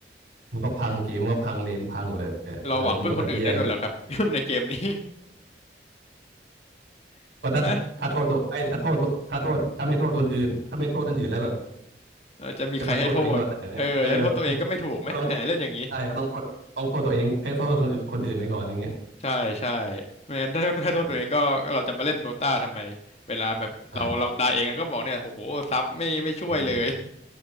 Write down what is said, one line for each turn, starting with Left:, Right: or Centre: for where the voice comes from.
Right: มันก็พังเกมมันก็พังเลนพังหมดเลยอะเออมันก็แบบแย่
Left: เราหวังพึ่งคนอื่นได้ด้วยเหรอครับ
Right: <laughs>
Left: <laughs> ในเกมนี้ <laughs>
Right: ก็ถ้าถ้าโทษตัวไอ้ยถ้าโทษถ้าโทษถ้าไม่โทษคนอื่นถ้าไม่โทษคนอื่นแล้วแบบ
Left: ใช่ไหมเราจะมีใครให้โทษเออจะโทษตัวเองก็ไม่ถูกไหมแหมเล่นอย่างนี้
Right: จะมาโทษตัวเองตอนไหนเ่เออ ก็ต้องใช่ก็ต้องโทษต้องโทษตัวเองเอ้ยโทษคนอื่นคนอื่นไปก่อนอย่างเงี้ย
Left: ใช่ใช่ไม่งั้นถ้าถ้าโทษตัวเองก็เราจะมาเล่นโดตาทำไมเวลาแบบเราเราตายเองก็บอกเนี่ยโหซับไม่ไม่ช่วยเลย
Right: ใช่ใช่อืม